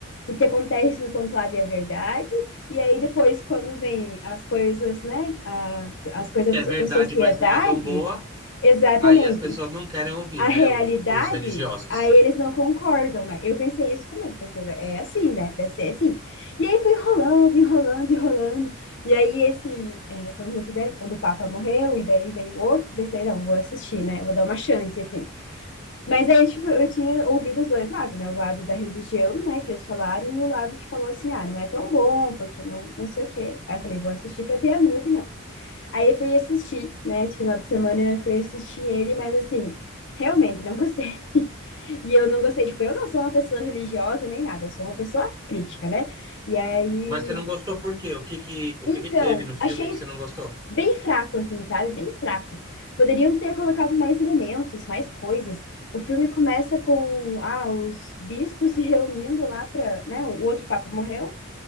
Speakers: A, on the left (about 55°); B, on the right (about 20°).
A: o que acontece no conclave é verdade, e aí depois quando vem as coisas, né, a- as coisas
B: que
A: da
B: é
A: so-
B: verdade,
A: da sociedade
B: mas não é tão boa.
A: Exatamente.
B: Aí as pessoas não querem ouvir,
A: A
B: né?
A: realidade,
B: o- Os religiosos.
A: aí eles não concordam, né? Eu pensei isso comigo, pensei, é assim, né? Deve ser assim. E aí foi enrolando, enrolando, enrolando. E aí esse, é, quando a gente, né, quando o Papa morreu, e daí veio outro, pensei, não, vou assistir, né? Vou dar uma chance, assim. Mas aí, tipo, eu tinha ouvido os dois lados, né? O lado da religião, né, que eles falaram, e o lado que falou assim, ah, não é tão bom, porque não, não sei o quê. Aí eu falei, vou assistir para ter a minha opinião. Aí eu fui assistir, né? Esse final de semana eu fui assistir ele, mas assim, realmente não gostei. <laughs> E eu não gostei, tipo, eu não sou uma pessoa religiosa nem nada, eu sou uma pessoa crítica, né? E aí,
B: Mas você não gostou por quê? O que que, o
A: então,
B: que que teve no filme
A: achei
B: que você
A: f-
B: não gostou?
A: bem fraco, assim, sabe? Bem fraco. Poderiam ter colocado mais elementos, mais coisas. O filme começa com ah, os bispos se reunindo lá para, né? O outro papa morreu.